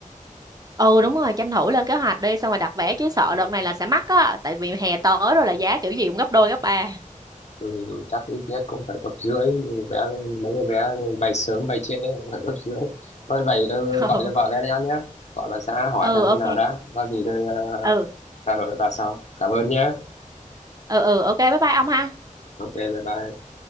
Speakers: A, on the right (about 25°); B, on the left (about 55°).
A: Ừ đúng rồi, tranh thủ lên kế hoạch đi xong rồi đặt vé chứ sợ đợt này là sẽ mắc á tại vì hè tới rồi là giá kiểu gì cũng gấp đôi gấp ba.
B: ừ, chắc ít nhất cũng phải gấp rưỡi vé mấy cái vé bay sớm bay trễ cũng phải gấp rưỡi thôi vậy tôi
A: <laughs>
B: gọi cho vợ cái đã nhé gọi bà xã hỏi
A: Ừ
B: xem
A: ok.
B: thế nào đã có gì tôi ờ,
A: Ừ
B: trao đổi với bà sau cảm ơn nhé
A: ừ ừ ok bye bye ông ha.
B: ok bye bye